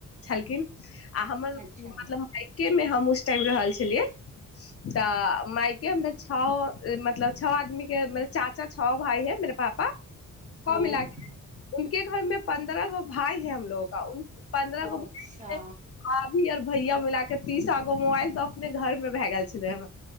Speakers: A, on the left; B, on the right.
A: छलखिन आ हमर
B: अच्छा
A: मतलब के मे हम उस टाइम रहल छलियै तऽ मायके हमरा छओ मतलब छओ आदमी के चाचा छओ भााय हे मेरे पापा
B: हम्म
A: ह मिलाके होय के घर में पन्द्रह गो भााय है हम लोगों पन्द्रह गो आ
B: अच्छा
A: भाभी आओर भैया बोलाक जब तीसागो मोबाइल तऽ अपने घर मे भए गेल छलै ह